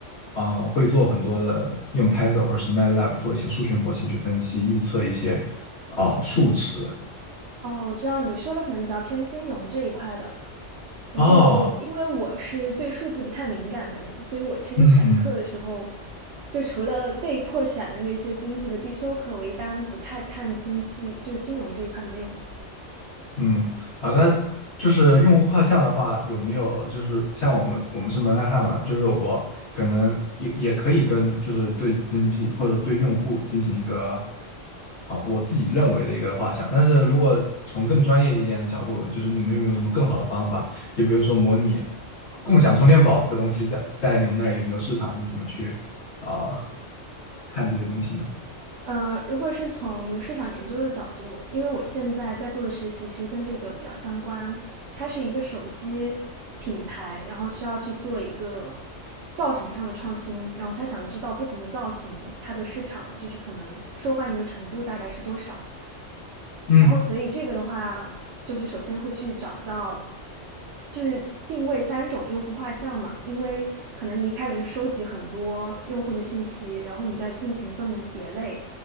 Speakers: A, on the left; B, on the right.
A: 嗯、呃会做很多的用 Python 或者是 MATLAB 做一些数学模型去分析预测一些啊、呃数值。
B: 哦，我知道你说的可能比较偏金融这一块的。然后，
A: 哦，
B: 因为我是对数字不太敏感的人，所以我其实选课的时候，
A: 嗯，
B: 就除了被迫选的那些经济的必修课，我一般不太看经济，就是金融这一块的内容。
A: 嗯，好，那就是用户画像的话，有没有就是像我们我们是门外汉嘛，就是我可能也也可以跟就是对经济或者对用户进行一个啊、我自己认为的一个画像，但是如果从更专业一点的角度，就是你们有没有什么更好的方法？就比如说模拟共享充电宝这个东西在，在你们那儿有没有市场？你怎么去啊、看这些东西呢？
B: 呃，如果是从市场研究的角度，因为我现在在做的实习其实跟这个比较相关，它是一个手机品牌，然后需要去做一个造型上的创新，然后他想知道不同的造型它的市场就是可能受欢迎的程度大概是多少，
A: 嗯，
B: 然后所以这个的话，就是首先会去找到就是定位三种用户画像嘛，因为可能你一开始是收集很多用户的信息，然后你再进行分门别类，